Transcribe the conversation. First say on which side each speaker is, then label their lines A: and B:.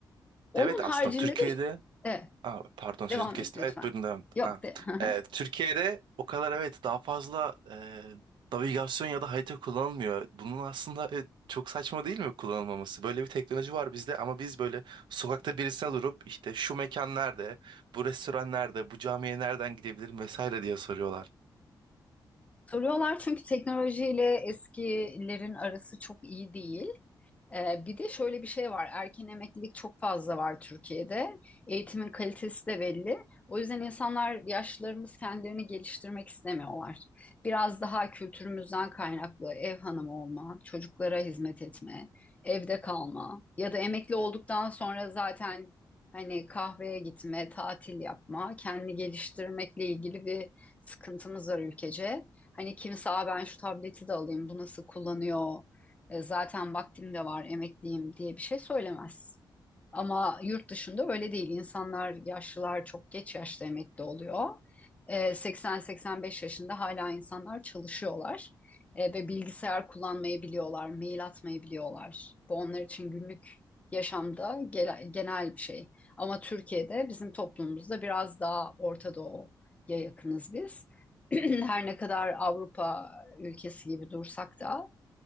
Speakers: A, on the left; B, on the right.
A: Onun
B: Evet
A: haricinde
B: aslında Türkiye'de
A: de e,
B: Aa, pardon sözünü
A: devam
B: kestim.
A: et lütfen.
B: Evet buyurun devam.
A: Yok
B: Ha.
A: de. <laughs>
B: Ee, Türkiye'de o kadar evet daha fazla e, navigasyon ya da harita kullanılmıyor. Bunun aslında e, çok saçma değil mi kullanılmaması? Böyle bir teknoloji var bizde ama biz böyle sokakta birisine durup işte şu mekan nerede, bu restoran nerede, bu camiye nereden gidebilirim vesaire diye soruyorlar.
A: Soruyorlar çünkü teknolojiyle eskilerin arası çok iyi değil. Ee, bir de şöyle bir şey var. Erken emeklilik çok fazla var Türkiye'de. Eğitimin kalitesi de belli. O yüzden insanlar yaşlılarımız kendilerini geliştirmek istemiyorlar. Biraz daha kültürümüzden kaynaklı ev hanımı olma, çocuklara hizmet etme, evde kalma ya da emekli olduktan sonra zaten hani kahveye gitme, tatil yapma, kendini geliştirmekle ilgili bir sıkıntımız var ülkece. Hani kimse "Aa, ben şu tableti de alayım, bu nasıl kullanıyor? e, zaten vaktim de var, emekliyim diye bir şey söylemez. Ama yurt dışında öyle değil. İnsanlar, yaşlılar çok geç yaşta emekli oluyor. E, 80-85 yaşında hala insanlar çalışıyorlar. E, ve bilgisayar kullanmayı biliyorlar, mail atmayı biliyorlar. Bu onlar için günlük yaşamda gele- genel bir şey. Ama Türkiye'de bizim toplumumuzda biraz daha Orta Doğu'ya yakınız biz. <clears throat> Her ne kadar Avrupa ülkesi gibi dursak da